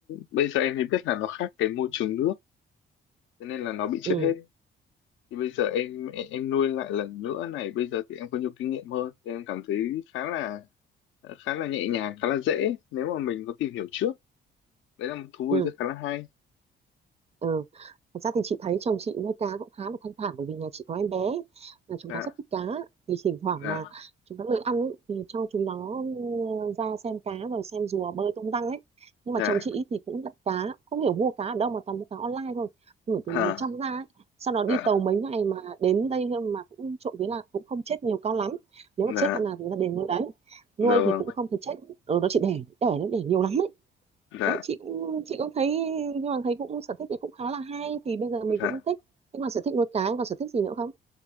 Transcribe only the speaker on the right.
ừ
ừ
Ừ. Thật ra thì chị thấy chồng chị nuôi cá cũng khá là thanh thản bởi vì nhà chị có em bé là chúng
nó rất thích cá thì thỉnh thoảng
mà chúng nó lười ăn ấy, thì cho chúng nó ừ, ra xem cá rồi xem rùa bơi tung tăng ấy nhưng
mà chồng chị ý thì cũng đặt cá không hiểu mua cá ở đâu mà toàn mua cá online thôi gửi
từ miền trong ra ấy sau đó đi
tàu mấy ngày mà đến đây mà cũng trộm vía là cũng không chết nhiều con lắm nếu
mà chết con nào thì người ta đền nuôi đấy
nuôi thì
cũng không thể chết ừ, nó chỉ đẻ đẻ nó đẻ nhiều lắm ấy
đấy chị cũng chị cũng thấy nhưng mà thấy cũng sở thích này cũng khá là hay thì bây giờ mình
cũng thích thế còn sở thích nuôi cá còn sở thích gì nữa không